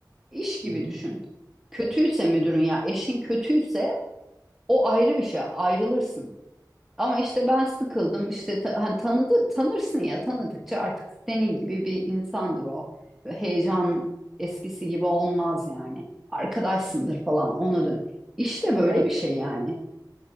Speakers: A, in the centre; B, on the right.
A: iş gibi
B: Hı hı.
A: düşün. Kötüyse müdürün ya eşin kötüyse o ayrı bir şey ayrılırsın. Ama işte ben sıkıldım işte ta- hani tanıdı tanırsın ya tanıdıkça artık senin gibi bir insandır o. Ve heyecan eskisi gibi olmaz yani. Arkadaşsındır falan ona dön. İşte böyle
B: Evet.
A: bir şey yani.